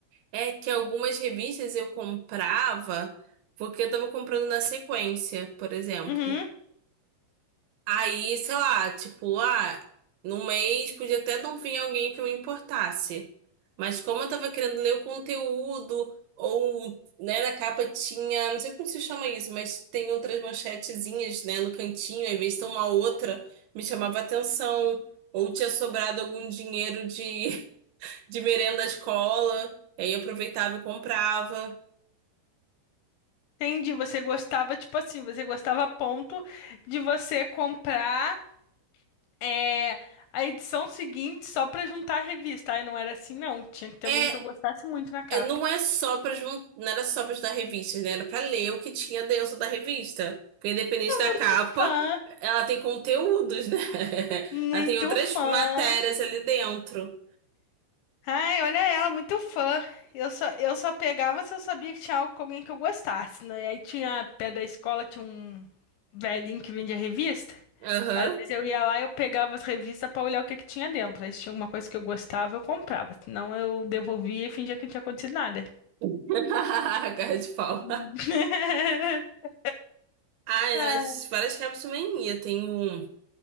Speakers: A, on the right (about 75°); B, on the left (about 75°).
A: É que algumas revistas eu comprava porque eu tava comprando na sequência, por exemplo.
B: Uhum.
A: Aí, sei lá, tipo, ah, num mês podia até não vir alguém que eu me importasse. Mas como eu tava querendo ler o conteúdo, ou, né, na capa tinha, não sei como se chama isso, mas tem outras manchetezinhas, né, no cantinho, às vezes tem uma outra, me chamava atenção. Ou tinha sobrado algum dinheiro de de merenda à escola. Aí eu aproveitava e comprava.
B: Entendi. Você gostava, tipo assim, você gostava a ponto de você comprar. É a edição seguinte só pra juntar a revista. Aí não era assim, não. Tinha que ter
A: É,
B: alguém que eu gostasse muito na capa.
A: é, não é só para não era só para estudar revistas, né? Era para ler o que tinha dentro da revista. Porque independente da
B: Muito
A: capa,
B: fã,
A: ela tem conteúdos, né? <laughs>
B: muito
A: Ela tem outras
B: fã.
A: matérias ali dentro.
B: Ai, olha ela, muito fã. Eu só, eu só pegava se eu sabia que tinha algo com alguém que eu gostasse, né? E aí tinha, pé da escola, tinha um velhinho que vendia revista.
A: Aham.
B: Às vezes eu ia lá e eu pegava as revistas pra olhar o que que tinha dentro. Aí se tinha alguma coisa que eu gostava, eu comprava. Senão eu devolvia e fingia que não tinha acontecido nada.
A: <laughs> Cara de pau.
B: <laughs>
A: Ai,
B: Ah,
A: mas várias capas também ia. Tem um.